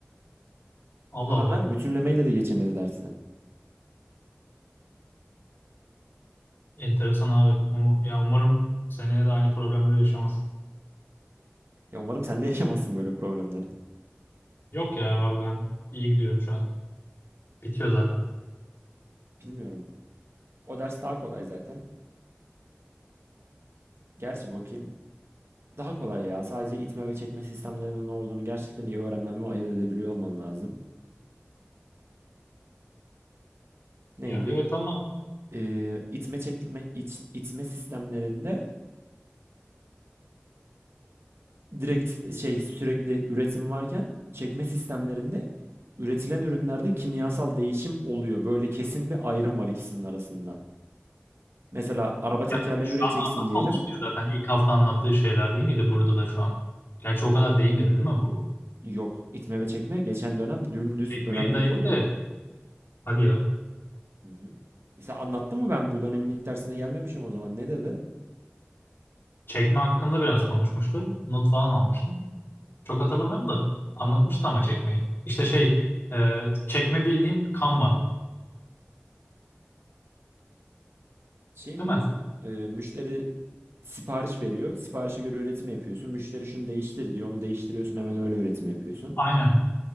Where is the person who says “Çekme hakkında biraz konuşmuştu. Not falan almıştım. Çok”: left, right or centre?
Left